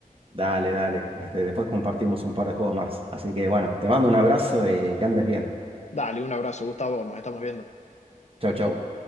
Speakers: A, on the right (about 40°); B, on the left (about 50°).
A: dale, dale. Este, después compartimos un par de juegos más. Así que, bueno, te mando un abrazo y que andes bien.
B: Dale, un abrazo, Gustavo. Nos estamos viendo.
A: Chau, chau.